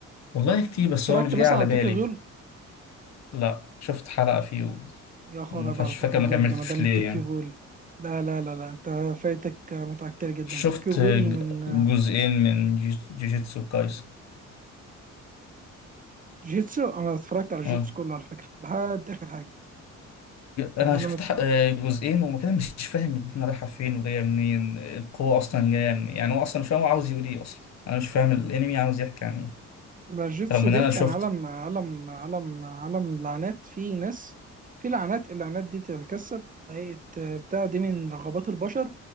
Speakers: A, on the left (about 60°); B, on the right (about 25°).
A: والله كتير بس
B: اتفرجت
A: هو مش
B: مثلا
A: جاي على
B: على
A: بالي
B: طوكيو غول
A: لا شفت حلقة فيه
B: يا خرا
A: وما
B: بقى
A: فاش
B: على طوكيو
A: فاكر ما
B: غول
A: كملتش
B: وجمدان من
A: ليه
B: طوكيو
A: يعني
B: غول لا لا لا لا انت فايتك متعة كتير جدا
A: شفت
B: طوكيو غول من
A: جزئين من جي- جوجيتسو كايسن
B: جيتسو انا اتفرجت على جيتسو
A: اه
B: كله على فكره لحد اخر حاجه
A: انا
B: يعني انا
A: شفت ح- آه، جزئين وما كده مش فاهم الدنيا رايحه فين وجايه منين القوه اصلا جايه منين يعني هو اصلا مش فاهم هو عاوز يقول ايه اصلا انا مش فاهم الانمي عاوز يحكي عن ايه
B: الجوتسو
A: رغم ان
B: بيحكي
A: انا شفت
B: عن عالم عالم عالم عالم لعنات في ناس في لعنات اللعنات دي بتتجسد في هيئة آه، بتاع دي من رغبات البشر